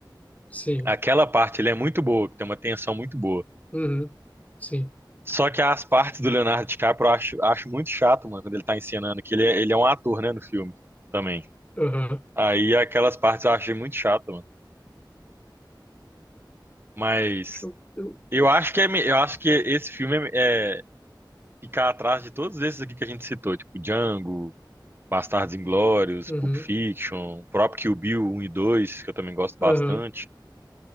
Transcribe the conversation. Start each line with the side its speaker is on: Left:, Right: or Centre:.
Left: Sim.
Right: Aquela parte ele é muito boa, que tem uma tensão muito boa.
Left: Uhum. Sim.
Right: Só que as partes do Leonardo DiCaprio eu acho, acho muito chato, mano, quando ele tá encenando, que ele é, ele é um ator, né, no filme também.
Left: Aham.
Right: Aí aquelas partes eu achei muito chato, mano. Mas
Left: Eu, eu...
Right: eu acho que é, me- eu acho que esse filme é, é ficar atrás de todos esses aqui que a gente citou, tipo Django. Bastardos Inglórios,
Left: Uhum.
Right: Pulp Fiction, o próprio Kill Bill um e 2 que eu também gosto bastante.
Left: Aham.